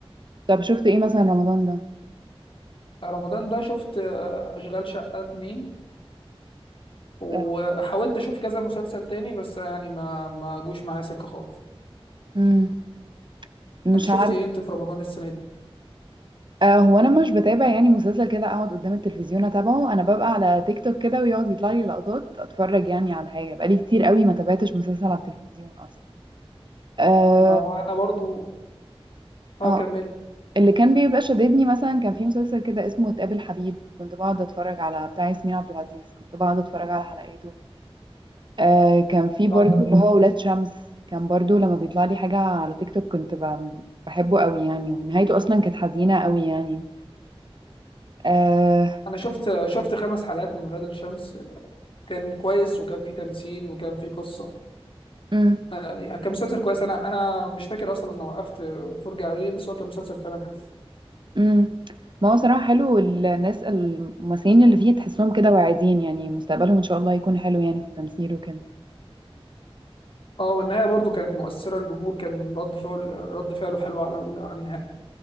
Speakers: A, on the right (about 50°); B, on the left (about 60°).
A: طب شفت ايه مثلا رمضان ده
B: رمضان ده شفت آه، اشغال شقه اتنين وحاولت
A: آه.
B: اشوف كذا مسلسل تاني بس يعني ما ما جوش معايا سكه خالص
A: امم مش
B: انت شفت
A: عارف
B: ايه انت في رمضان السنه دي
A: آه هو انا مش بتابع يعني مسلسل كده اقعد قدام التلفزيون اتابعه انا ببقى على تيك توك كده ويقعد يطلع لي لقطات اتفرج يعني على حاجه بقالي كتير قوي ما تابعتش مسلسل على التلفزيون اصلا اه
B: ما هو انا برضو اه
A: آه.
B: كمل
A: اللي كان بيبقى شددني مثلا كان في مسلسل كده اسمه تقابل حبيب كنت بقعد اتفرج على بتاع ياسمين عبد العزيز كنت بقعد اتفرج على حلقاته آه كان في
B: بعد
A: برضو اللي هو ولاد شمس كان برضو لما بيطلع لي حاجة على تيك توك كنت ب- بحبه قوي يعني ونهايته اصلا كانت حزينة قوي يعني آه
B: انا شفت شفت خمس حلقات من ولاد الشمس كان كويس وكان في تمثيل وكان في قصه
A: أم،
B: آه يعني كان مسلسل كويس انا انا مش فاكر اصلا انا وقفت فرجه عليه بس هو كان مسلسل فعلا حلو
A: أم. ما هو صراحة حلو الناس الممثلين اللي فيه تحسهم كده واعدين يعني مستقبلهم ان شاء الله يكون حلو يعني في التمثيل وكده
B: اه والنهايه برضو كانت مؤثره الجمهور كان رد فعل رد فعله حلو على ال- على النهايه